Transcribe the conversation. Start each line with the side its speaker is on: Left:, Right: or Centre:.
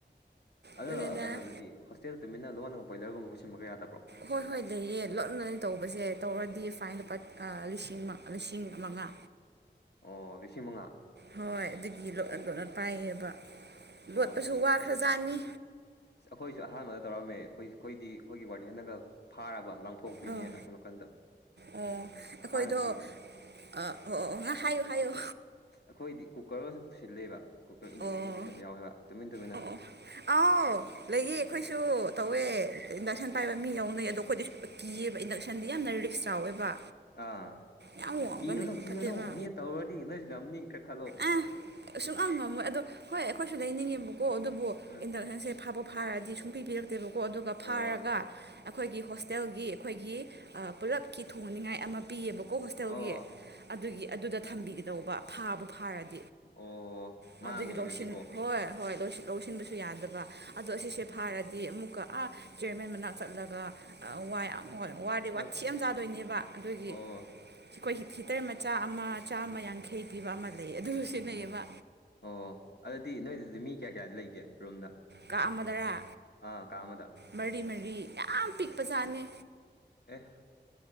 Left: ꯑꯗꯣ
Right: ꯑꯗꯨꯅꯦꯗ
Left: ꯀꯩꯅꯣꯗꯗꯤ ꯍꯣꯁꯇꯦꯜ ꯇꯨꯃꯤꯟꯅ ꯂꯣꯟꯅꯒ ꯕꯣꯏꯂꯔꯒꯨꯝꯕ ꯄꯨꯁꯤꯟꯕꯒ ꯌꯥꯗꯕ__
Right: ꯍꯣꯏ ꯍꯣꯏ ꯂꯩꯌꯦ ꯂꯣꯠꯅꯅꯦ ꯇꯧꯕꯁꯦ ꯇꯧꯔꯗꯤ ꯐꯥꯏꯟ ꯂꯨꯄꯥ ꯑꯥ ꯂꯤꯁꯤꯡ ꯃ ꯂꯤꯁꯤꯡ ꯃꯉꯥ
Left: ꯑꯣ ꯂꯤꯁꯤꯡ ꯃꯉꯥ
Right: ꯍꯣꯏ ꯑꯗꯨꯒꯤ ꯂꯣꯠꯅ ꯂꯣꯠꯅ ꯄꯥꯏꯌꯦꯕ
Left: ꯑꯣ
Right: ꯂꯣꯠꯄꯁꯨ
Left: ꯑꯁ
Right: ꯋꯥ ꯈ꯭ꯔꯖꯥꯠꯅꯤ
Left: ꯑꯩꯈꯣꯏꯁꯨ ꯑꯍꯥꯟꯕꯗ ꯇꯧꯔꯝꯃꯦ ꯑꯩꯈꯣꯏ ꯑꯩꯈꯣꯏꯗꯤ ꯑꯩꯈꯣꯏꯒꯤ ꯋꯥꯔꯗꯦꯟꯅꯒ ꯐꯥꯔꯕ ꯂꯪꯊꯣꯛ ꯄꯤꯅꯦ
Right: ꯑꯧ
Left: ꯑꯁꯣꯝ ꯅꯥꯀꯟꯗ
Right: ꯑꯣ ꯑꯩꯈꯣꯏꯗꯣ
Left: ꯃꯥꯅ ꯄꯨ__
Right: ꯑꯥ ꯑꯣ ꯍꯥꯏꯌꯣ ꯍꯥꯏꯌꯣ
Left: ꯑꯩꯈꯣꯏꯗꯤ ꯀꯨꯀꯔꯒꯁꯨ ꯄꯨꯁꯤꯜꯂꯦꯕ ꯀꯨꯀꯔ ꯏꯟꯗꯛꯁꯟꯒ
Right: ꯑꯣ
Left: ꯄꯨꯁꯤꯟꯕ ꯌꯥꯎꯋꯦꯕ ꯇꯨꯃꯤꯟ ꯇꯨꯃꯤꯟ
Right: ꯑꯣ ꯑꯣ ꯑꯥꯎ ꯂꯩꯌꯦ ꯑꯩꯈꯣꯏꯁꯨ ꯇꯧꯋꯦ ꯏꯟꯗꯛꯁꯟ ꯄꯥꯏꯕ ꯃꯤ ꯌꯥꯎꯅꯩ ꯑꯗꯣ ꯑꯩꯈꯣꯏꯗꯤ <unintelligible> ꯀꯤꯌꯦꯕ ꯏꯟꯗꯛꯁꯟꯗꯤ ꯌꯥꯝꯅ ꯔꯤꯛꯁ ꯆꯥꯎꯋꯦꯕ
Left: ꯑꯥ
Right: ꯌꯥꯝ
Left: ꯑꯁ
Right: ꯋꯥꯡꯕꯅ
Left: ꯀꯤꯔꯨꯅꯨ ꯀꯤꯔꯨꯅꯨ
Right: ꯐꯠꯇꯦꯕ
Left: ꯃꯤꯅ ꯇꯧꯔꯗꯤ ꯅꯣꯏꯁꯨ ꯉꯝꯅꯤ ꯈꯔ ꯈꯜꯂꯣ
Right: <unintelligible> ꯁꯨꯛꯉꯝ ꯉꯝꯃꯣꯏ ꯑꯗꯣ ꯍꯣꯏ ꯑꯩꯈꯣꯏꯁꯨ ꯂꯩꯅꯤꯡꯉꯦꯕꯀꯣ ꯑꯗꯨꯕꯨ
Left: ꯑꯥ
Right: ꯏꯟꯗꯛꯁꯟꯁꯦ ꯐꯥꯕ ꯐꯥꯔꯗꯤ ꯁꯨꯡꯄꯤ ꯄꯤꯔꯛꯇꯦꯕꯀꯣ ꯑꯗꯨꯒ
Left: ꯑꯣ
Right: ꯐꯥꯔꯒ ꯑꯩꯈꯣꯏꯒꯤ ꯍꯣꯁꯇꯦꯜꯒꯤ ꯑꯩꯈꯣꯏꯒꯤ ꯑ ꯄꯨꯂꯞꯀꯤ ꯊꯣꯡꯍꯟ ꯅꯤꯡꯉꯥꯏ ꯑꯃ__ ꯄꯤꯌꯦꯕꯀꯣ ꯍꯣꯁꯇꯦꯜꯒꯤ
Left: ꯑꯣ
Right: ꯑꯗꯨꯒꯤ ꯑꯗꯨꯗ ꯊꯝꯕꯤꯒꯗꯧꯕ ꯐꯥꯕꯨ ꯐꯥꯔꯗꯤ
Left: ꯑꯣ
Right: ꯑꯗꯨꯒꯤ
Left: ꯃꯥꯡꯉꯤꯅꯦ
Right: ꯂꯧꯁꯤꯟ
Left: ꯑꯗꯨꯗꯤꯀꯣ
Right: ꯍꯣꯏ ꯍꯣꯏ ꯂꯧꯁꯤꯟ ꯂꯧꯁꯤꯟꯕꯁꯨ__ ꯌꯥꯗꯕ ꯑꯗꯣ ꯑꯁꯤꯁꯦ ꯐꯥꯔꯗꯤ ꯑꯃꯨꯛꯀ ꯑꯥ ꯆꯤꯌꯔꯃꯦꯟ ꯃꯅꯥꯛ ꯆꯠꯂꯒ ꯑ ꯋꯥ ꯌꯥꯝ__ ꯍꯣꯏ ꯋꯥꯗꯤ
Left: ꯑꯁ
Right: ꯋꯥꯊꯤ ꯌꯥꯝ ꯆꯥꯗꯣꯏꯅꯦꯕ ꯑꯗꯨꯒꯤ
Left: ꯑꯣ
Right: ꯑꯩꯈꯣꯏ ꯁꯤ ꯍꯤꯇꯔ ꯃꯆꯥ ꯑꯃ ꯆꯥꯝꯃ ꯌꯥꯡꯈꯩ ꯄꯤꯕ ꯑꯃ ꯂꯩ ꯑꯗꯨꯗꯨ ꯁꯤꯟꯅꯩꯌꯦꯕ
Left: ꯑꯣ ꯑꯗꯨꯗꯤ ꯅꯣꯏꯗꯨꯗꯤ ꯃꯤ ꯀꯌꯥ ꯀꯌꯥꯗꯤ ꯂꯩꯒꯦ ꯔꯨꯝꯗ
Right: ꯀꯥ ꯑꯃꯗꯔꯥ
Left: ꯑ ꯀꯥꯃꯗ
Right: ꯃꯔꯤ ꯃꯔꯤ ꯌꯥꯝ ꯄꯤꯛꯄ ꯖꯥꯠꯅꯤ
Left: ꯑꯦꯍ